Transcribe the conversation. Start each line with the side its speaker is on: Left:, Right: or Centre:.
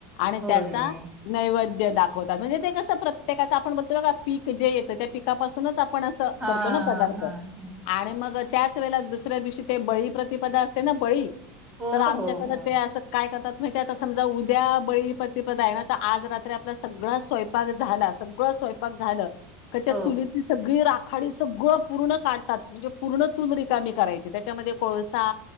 Left: आणि
Right: होय.
Left: त्याचा नैवेद्य दाखवतात म्हणजे ते कसं प्रत्येकाचं आपण बोलतो बघ पीक जे येतं त्या पिकापासुनच आपण आपण असं
Right: हां,
Left: करतो ना पदार्थ
Right: हां, हां.
Left: आणि मग त्याच वेळेला दुसऱ्या दिवशी ते बळी प्रतिपदा असते ना बळी
Right: हो,
Left: तर आमच्याकडें
Right: हो, हो.
Left: ते असं काय करतात माहितीये आता समजा उद्या बळीप्रतिपद आहे ना तर आज रात्री आपला सगळां स्वयंपाक झाला- सगळं स्वयंपाक झालं- का त्या
Right: हो.
Left: चुलीतली सगळी राखाडी सगळं पूर्ण काढतात म्हणजे पुर्ण चूल रिकामी कराय ची त्याच्यामध्ये कोळसा